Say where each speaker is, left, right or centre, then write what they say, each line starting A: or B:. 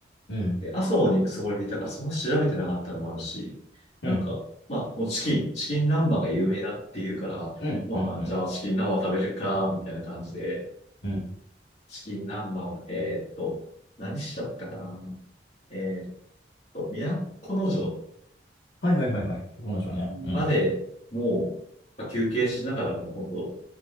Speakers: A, on the left; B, on the left.
A: うん。
B: で、阿蘇に行くつもりでいたからそんな調べてなかったのもあるし、なんか、
A: うん。
B: まあ、もうチキン、チキン南蛮が有名だっていうから、
A: うん。
B: まあ、
A: うん。うん。
B: じゃあチキン南蛮食べるか、みたいな感じで、
A: うん。
B: チキン南蛮を、えーっと、何しちゃったかな。えーっと、都城
A: はいはいはいはい。横の城ね。うん。
B: までもう、まあ休憩しながらもう本当、